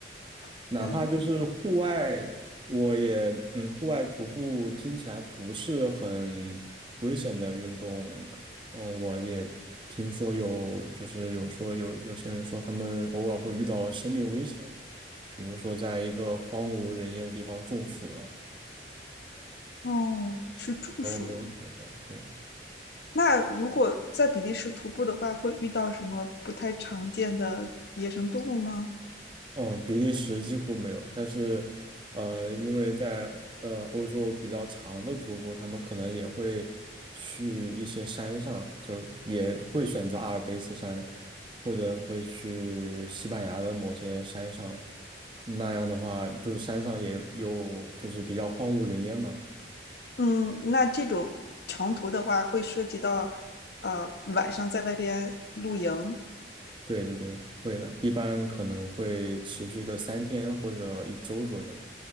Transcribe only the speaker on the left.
<laughs>
嗯，
哦，是中暑。
那如果在比利时徒步的话，会遇到什么不太常见的野生动物吗？
嗯，那这种长途的话，会涉及到呃晚上在外边露营，